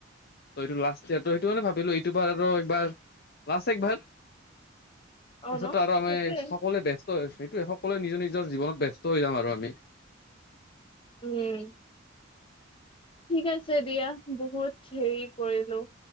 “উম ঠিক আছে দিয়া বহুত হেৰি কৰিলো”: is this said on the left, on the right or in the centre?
Left